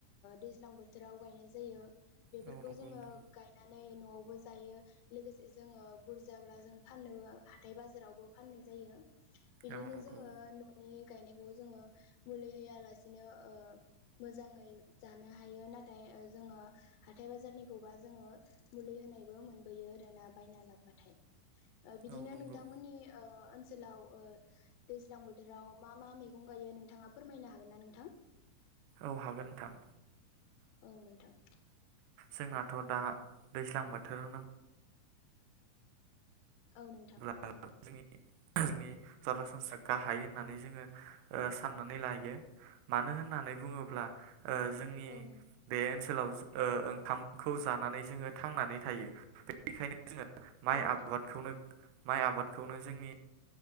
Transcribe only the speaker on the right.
औ नंगौ
नोंथां
औ नंगौ
औ नंगौ
औ हागोन नोंथां।
जोंनाथ' दा दैज्लां बोथोर होनोब
अब्ला जोंनि जोंनि सरासनस्रा गाहाय होननानै जोङो ओ साननानै लायो मानो होननानै बुङोब्ला ओ जोंनि
बे ओनसोलाव ओ ओंखामखौ जानानै जोङो थांनानै थायो। बेनिखायनो जोङो माइ
आबादखौनो माइ आबादखौनो जोंनि